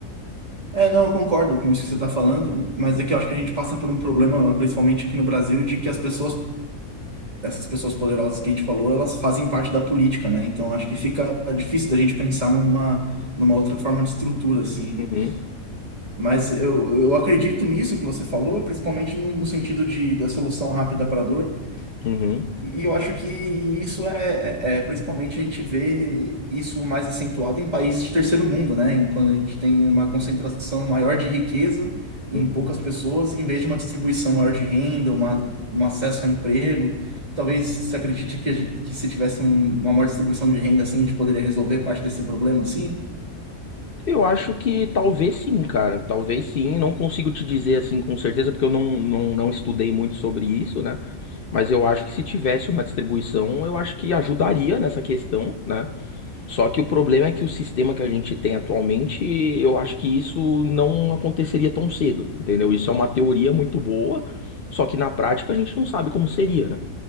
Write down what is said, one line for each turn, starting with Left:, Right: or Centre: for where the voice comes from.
Right: É, não, eu concordo com isso que você está falando, mas é que eu acho que a gente passa por um problema, principalmente aqui no Brasil, de que as pessoas, essas pessoas poderosas que a gente falou, elas fazem parte da política, né? Então acho que fica difícil da gente pensar numa, numa outra forma de estrutura, assim.
Left: Uhum,
Right: Mas eu, eu acredito nisso que você falou, principalmente no, no sentido de, da solução rápida para a dor.
Left: uhum,
Right: E e eu acho que isso é, é- é- principalmente a gente vê isso mais acentuado em países de terceiro mundo, né? Em- Quando a gente tem uma concentração maior de riqueza em
Left: uhum.
Right: poucas pessoas, em vez de uma distribuição maior de renda, uma, um acesso a emprego. Talvez se acredite que, a gente- que se tivesse um- uma maior distribuição de renda assim, a gente poderia resolver parte desse problema, sim.
Left: Eu acho que talvez sim, cara. Talvez sim. Não consigo te dizer assim com certeza, porque eu não, não, não estudei muito sobre isso, né? Mas eu acho que se tivesse uma distribuição, eu acho que ajudaria nessa questão, né? Só que o problema é que o sistema que a gente tem atualmente, eu acho que isso não aconteceria tão cedo, entendeu? Isso é uma teoria muito boa, só que na prática a gente não sabe como seria, né?